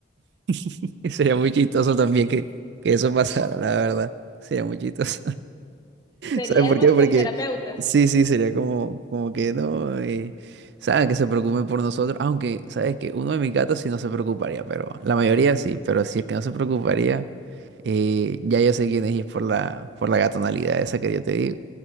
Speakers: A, on the right; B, on the left.
A: <laughs> y sería muy chistoso también que, que eso pasara, la verdad. Sería muy chistoso.
B: <laughs> Serían
A: ¿Sabes por
B: nuestros
A: qué? Porque
B: terapeutas.
A: sí, sí, sería como, como que no, eh, saben que se preocupen por nosotros, aunque, ¿sabes que Uno de mis gatos sí no se preocuparía, pero la mayoría sí, pero si es que no se preocuparía, eh, ya yo sé quién es y es por la, por la gatonalidad esa que yo te digo.